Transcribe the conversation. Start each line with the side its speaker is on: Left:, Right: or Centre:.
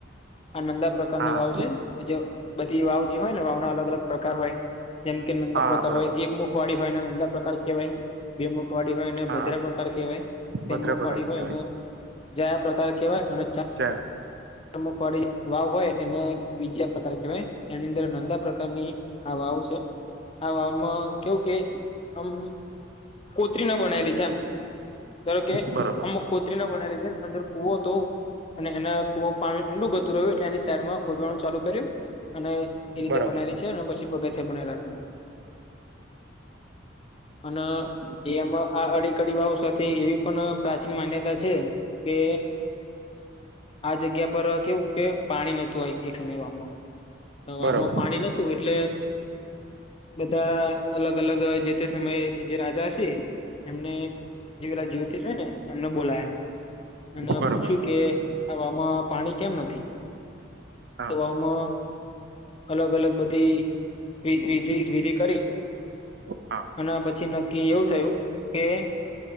Left: આ નંદા પ્રકાર પ્રકારની
Right: હા
Left: વાવ છે જે બધી વાવ જે હોય ને વાવ ના અલગ અલગ પ્રકાર હોય જેમ કે નંદા
Right: હા
Left: પ્રકાર
Right: બરોબર
Left: હોય એકમુખ વાળી હોયને નંદા પ્રકાર કહેવાય બે મુખવાડી હોય ને
Right: હા
Left: ભદ્રા પ્રકાર કહેવાય
Right: ભદ્ર
Left: તેનમખવાળી
Right: પગાર
Left: હોય
Right: કહેવાય
Left: અને જયા પ્રકાર કહેવાય અને
Right: છે
Left: મક વાળી વાવ હોય એને બીજા પ્રકાર કહેવાય એની અંદર નાંદા પ્રકારની હા આવું છે હ આમ કેવું કે આમ કોતરી ના બનાયેલી છે એમ ધાર કે
Right: બરોબર
Left: અમ કોત્રી ના બનાલી છે ને અંદર કુવો હતો અને એના કુવા પાણી ઊંડું ગતું રહ્યું એટલે એની શહેડમાં ખોદવાનું ચાલુ કર્યું અને એ રીતે
Right: બરોબર
Left: બનાવીલી છે ને પછી પગ બનેલા છે હ અને એમ આ અડી કડી વાવ સાથે એવી પણ પ્રાચીન માન્યતા છે કે આ જગ્યા પર કેવું કે પાણી નોતું હોય એક સમયમાં હવે
Right: બરોબર
Left: આમાં પાણી નતું એટલે બધા અલગ અલગ જે તે સમયે જે રાજા હ છે એમને જે પેલા જ્યોતિષ હોય ને એમને બોલાયા અને
Right: બરોબર
Left: પૂછ્યું કે આવામાં પાણી કેમ નથી
Right: હા
Left: વામાં અલગ અલગ બધી વિધિ વિધિ કરી
Right: હા
Left: અને પછી નક્કી એવું થયું કે